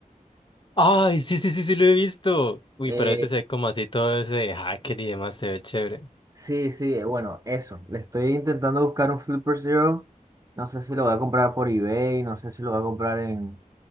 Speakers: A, on the left; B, on the right.
A: Ay, sí, sí, sí, sí, lo he visto. Uy,
B: Eh,
A: pero ese se ve como así todo ese de hacker y demás, se ve chévere.
B: Sí, sí, eh, bueno, eso. Le estoy intentando buscar un Flipper Zero. No sé si lo voy a comprar por eBay, no sé si lo voy a comprar en,